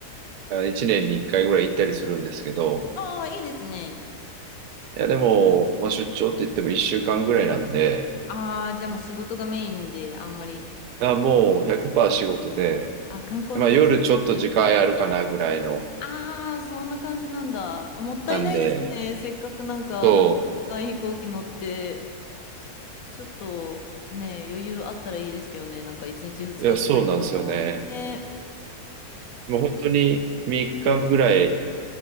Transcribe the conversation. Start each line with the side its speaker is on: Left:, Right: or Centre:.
Right: あ1年に1回ぐらい行ったりするんですけど、
Left: ああ、いいですね。
Right: いやでも、まあ、出張って言っても1週間ぐらいなんで、
Left: ああ、じゃあまあ仕事がメインであんまり、
Right: だからもう100%仕事で、
Left: あ、観光の時間ないか。
Right: まあ、夜ちょっと時間あるかなぐらいの、
Left: ああ、そんな感じなんだ。もったいないですね。
Right: なんで、
Left: せっかくなんか、
Right: そ
Left: なんか時間飛行機乗って。ちょっとね、余裕あったらいいですけどね、なんか1日2日ぐらいでも。
Right: う、いやそうなんですよね。
Left: ね、
Right: もう本当に3日ぐらい、